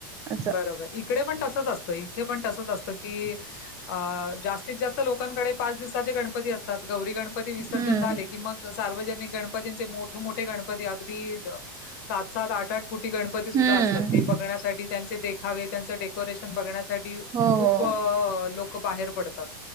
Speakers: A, on the right; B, on the left.
A: असं
B: बरोबर इकडे पण तसच असतं इथे पण तसच असतं की जास्तीत जास्त लोकांकडे पाच दिवसाचे गणपती असतात गौरी गणपती विसर्जन
A: हम्म
B: झाले की मग सार्वजनिक गणपतींचे मोठ मोठे गणपती अगदी सात सात आठ आठ फुटी गणपती सुद्धा
A: हम्म.
B: असतात ते बघण्यासाठी त्यांचे देखावे त्यांच डेकोरेशन बघण्यासाठी
A: हो
B: खूप
A: हो
B: लोक बाहेर पडतात